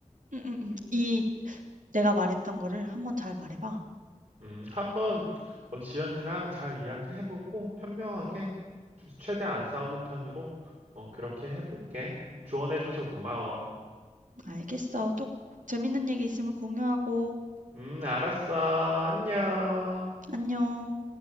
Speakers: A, on the right; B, on the right.
A: 응응응 이 내가 말했던 거를 한번 잘 말해 봐.
B: 음, 한번 어, 지연이랑 잘 이야기해보고 현명하게 최대한 안 싸우는 편으로 어, 그렇게 해볼게. 조언해줘서 고마워.
A: 알겠어. 또 재밌는 얘기 있으면 공유하고.
B: 음, 알았어. 안녕.
A: 안녕.